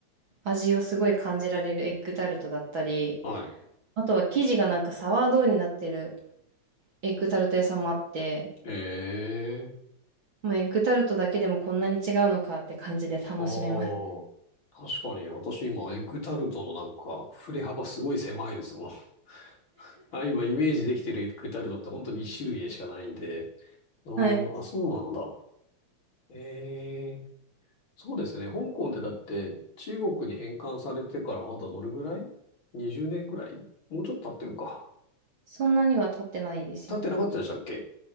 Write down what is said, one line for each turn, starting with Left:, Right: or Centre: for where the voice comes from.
Right: 味をすごい感じられるエッグタルトだったり、
Left: はい。
Right: あとは生地がなんかサワードーになってるエッグタルト屋さんもあって、
Left: ええ。
Right: まあ、エッグタルトだけでもこんなに違うのかって感じで楽しめます。
Left: ああ、確かに私今エッグタルトのなんか振れ幅すごい狭いですもん。<laughs> あ、今イメージできてるエッグタルトって本当に一種類でしかないんで。あーあ、
Right: はい。
Left: そうなんだ。ええ、そうですね。香港ってだって中国に返還されてからまだどれぐらい ?20 年ぐらいもうちょっと経ってるか。
Right: そんなには経ってないですよね。
Left: 経ってなかったでしたっけ